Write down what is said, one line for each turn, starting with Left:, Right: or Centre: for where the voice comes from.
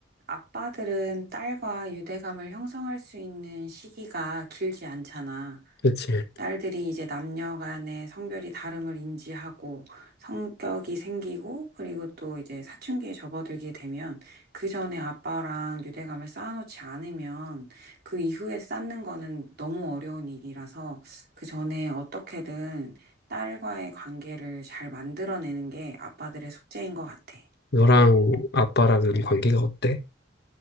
Right: 아빠들은 딸과 유대감을 형성할 수 있는 시기가 길지 않잖아.
Left: 그렇지.
Right: 딸들이 이제 남녀 간의 성별이 다름을 인지하고 성격이 생기고 그리고 또 이제 사춘기에 접어들게 되면 그 전에 아빠랑 유대감을 쌓아놓지 않으면 그 이후에 쌓는 거는 너무 어려운 일이라서 그 전에 어떻게든 딸과의 관계를 잘 만들어내는 게 아빠들의 숙제인 것 같아.
Left: 너랑 아빠랑은 관계가 어때?